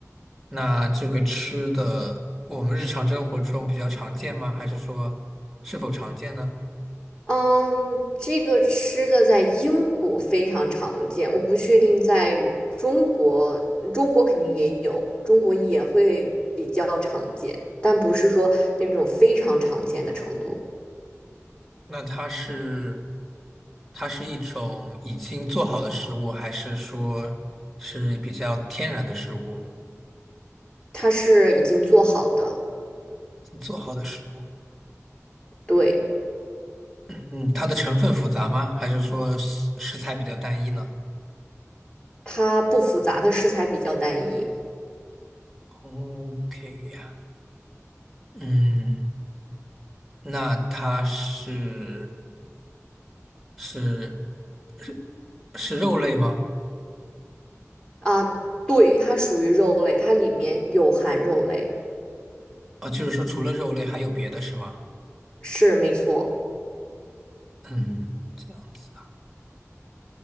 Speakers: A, in the centre; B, on the left.
A: 那这个吃的，我们日常生活中比较常见吗？还是说是否常见呢？
B: 嗯，这个吃的在英国非常常见，我不确定在中国，中国肯定也有，中国也会比较常见，但不是说那种非常常见的程度。
A: 那它是它是一种已经做好的食物，还是说是比较天然的食物？
B: 它是已经做好的，
A: 已经做好的食物，
B: 对，
A: 嗯，它的成分复杂吗？还是说食食材比较单一呢
B: 它不复杂，它食材比较单一
A: ？OK 呀，嗯，那它是是是是肉类吗？
B: 啊，对，它属于肉类，它里面有含肉类，
A: 啊，就是说除了肉类还有别的是吗？
B: 是没错。
A: 嗯，这样子啊。